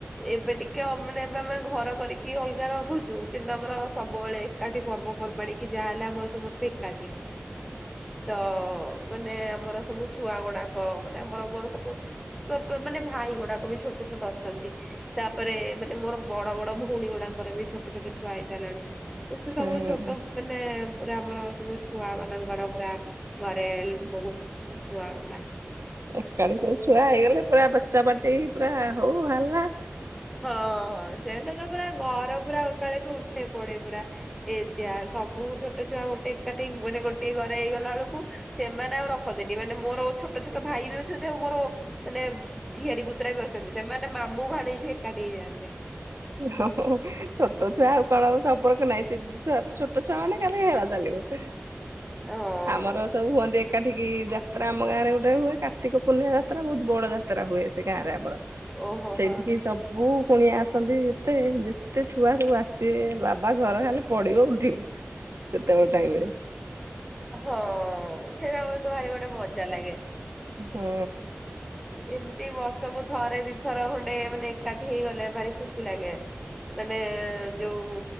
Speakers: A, in the centre; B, on the right (about 80°).
A: ଏବେ ଟିକେ ଅ ମାନେ ଏବେ ଆମେ ଘର କରିକି ଅଲଗା ରହୁଛୁ, କିନ୍ତୁ ଆମର ସବୁବେଳେ ଏକାଠି ପର୍ବପର୍ବାଣି, କି ଯାହା ହେଲେ ଆମ ସମସ୍ତେ ଏକାଠି। ତ ମାନେ ଆମର ସବୁ ଛୁଆଗୁଡାକ ମାନେ ଆମର ମୋର ସବୁ ଛୋଟ ମାନେ ଭାଇଗୁଡାକ ବି ଛୋଟ ଛୋଟ ଅଛନ୍ତି। ତାପରେ ମାନେ ମୋର ବଡ ବଡ ଭଉଣୀଗୁଡାଙ୍କର ବି ଛୋଟ ଛୋଟ ଛୁଆ ହେଇସାରିଲାଣି। ସେ ସବୁ
B: ହୁଁ
A: ଛୋଟ ମାନେ ପୁରା ଆମର ସବୁ ଛୁଆମାନଙ୍କର ପୁରା ଘରେଲ ବହୁତ ଛୁଆଗୁଡା।
B: ଏକାଠି ସବୁ ଛୁଆ ହେଇଗଲେ, ପୁରା ବଚା ପାର୍ଟି ପୁରା ହଉ ହାଲା।
A: ହଁ ସେଇଟା ତ ପୁରା ଘର ପୁରା ଉକାଳିକି ଉଠେ ପଡେ ପୁରା। ଏ ୟା, ସବୁ ଛୋଟଛୁଆ ଗୋଟେ ଏକାଠି ମାନେ ଗୋଟିଏ ଘରେ ହେଇଗଲା ବେଳକୁ ସେମାନେ ଆଉ ରଖନ୍ତିନି ମାନେ ମୋର ଛୋଟ ଛୋଟ ଭାଇ ବି ଅଛନ୍ତି ଆଉ ମୋର ମାନେ ଝିଆରୀ ପୁତୁରା ବି ଅଛନ୍ତି, ସେମାନେ ମାମୁଁ ଭାଣିଜୀ ଏକାଠି ହେଇଯାଆନ୍ତି।
B: ହୋ ହୋ, ଛୋଟ ଛୁଆ ଆଉ କଣ ଆମ ସମ୍ପର୍କ ନାହିଁ, ସିଏ ଛୋ-ଛୋଟଛୁଆ ମାନେ ଖାଲି ଖେଳ ଚାଲିବ।
A: ହଁ।
B: ଆମର ସବୁ ହୁଅନ୍ତି ଏକାଠିକି ଯାତ୍ରା ଆମ ଗାଁରେ ଗୋଟେ ହୁଏ, କାର୍ତ୍ତିକ ପୂର୍ଣ୍ଣିମା ଯାତ୍ରା, ବହୁତ ବଡ ଯା ତ୍ରା ହୁଏ ସେ ଗାଁରେ ଆମର।
A: ଓହୋ
B: ସେଇଠିକି
A: ହଁ
B: ସବୁ କୁଣିଆ ଆସ ସନ୍ତି ଏତେ, ଯେତେ ଛୁଆ ସବୁ ଆସିଥିବେ, ବାବା ଘର ଖାଲେ ପଡିବ ଉଠିବ। ସେତେବେଳ ଟାଇମରେ।
A: ହଁ, ସେଇଟା ମତେ ଭାରି ଗୋଟେ ମଜା ଲାଗେ।
B: ହୁଁ।
A: ଏମତି ବର୍ଷକୁ ଥରେ ଦିଥର ଖଣ୍ଡେ ମାନେ ଏକାଠି ହେଇଗଲେ, ଭାରି ଖୁସି ଲାଗେ। ମାନେ ଯୋଉ